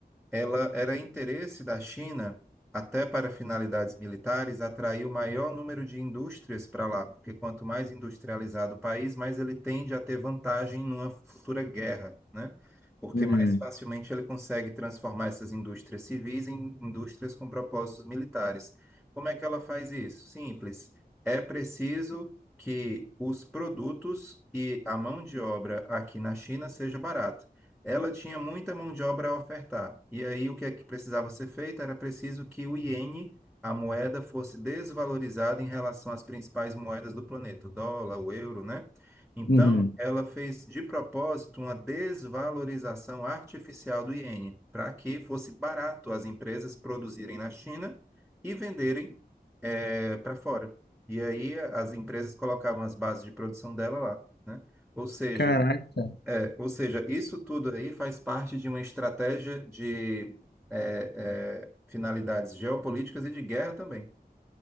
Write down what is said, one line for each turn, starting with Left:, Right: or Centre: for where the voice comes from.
Centre: ela era interesse da China, até para finalidades militares, atrair o maior número de indústrias para lá, porque quanto mais industrializado o país, mais ele tende a ter vantagem numa futura guerra, né? Porque
Left: Uhum,
Centre: mais facilmente ele consegue transformar essas indústrias civis em indústrias com propósitos militares. Como é que ela faz isso? Simples. É preciso que os produtos e a mão de obra aqui na China seja barata ela tinha muita mão de obra a ofertar. E aí o que é que precisava ser feito? Era preciso que o iene, a moeda, fosse desvalorizada em relação às principais moedas do planeta, o dólar, o euro, né? Então,
Left: uhum.
Centre: ela fez de propósito uma desvalorização artificial do iene, para que fosse barato as empresas produzirem na China e venderem eh, para fora. E aí as empresas colocavam as bases de produção dela lá, né? Ou seja,
Left: Caraca.
Centre: é, ou seja, isso tudo aí faz parte de uma estratégia de é, é, finalidades geopolíticas e de guerra também,